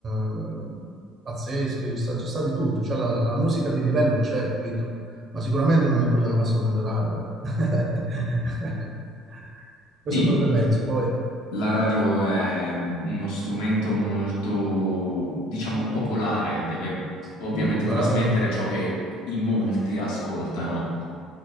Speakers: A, on the right (about 45°); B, on the left (about 80°).
A: eh, pazzesche, ci sta, ci sta di tutto, cioè la, la musica di livello c'è, capito? Ma sicuramente non è quella che passano nelle radio, ecco. <laughs> Questo
B: Sì,
A: è quello che penso. Poi,
B: la radio è uno strumento molto, diciamo, popolare, deve ovviamente
A: sì, la
B: trasmettere
A: radio,
B: ciò che in molti ascoltano.